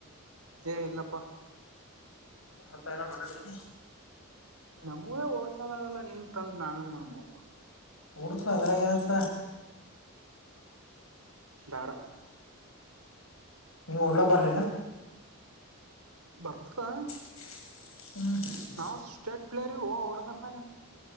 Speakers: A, on the right; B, on the left.
A: ಅ ಇಲ್ಲಪ್ಪಾ
B: ಮಂತ ಎಲ್ಲ ಮಾಡದಿ
A: ನಮಗೆೇ ಓಡ್ಸೋದಾಗಲ್ಲ ನಿಮ್ ತಂದ ನಾವೇನ್ ಮಾಡ್ಮಪ್ಪ
B: ಹಡಿದರು ಅದ್ರಾಗ ಏನಂತ
A: ಾಡ
B: ನೀವು್ ಓಡ್ಲಾ ಬರ್ರಿ
A: ಬರ್ತಾ
B: ಹ್ಮ
A: ನಾವು ಸ್ಟೇಟ್ ಪ್ಲೇರ್ ಓಡೋದರ್ದಾಗ